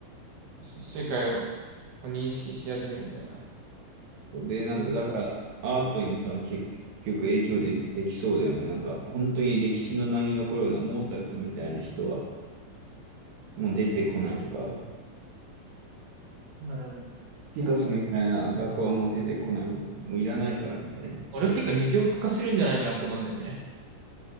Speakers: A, on the right; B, on the right.
A: 世界をを認識し始めるみたいな。
B: で、
A: 自分
B: なんか、だから、アートにも多分結局影響で、できそうだよね。なんか、本当に歴史の名に残るようなモーツァルトみたいな人はもう出てこないとか、
A: なるほどね。
B: ピカソみたいな画家はもう出てこないんで、
A: いや、結構。
B: もういらないからみたいな、
A: 俺結構二極化するんじゃないかなと思うんだよね。
B: そういうの。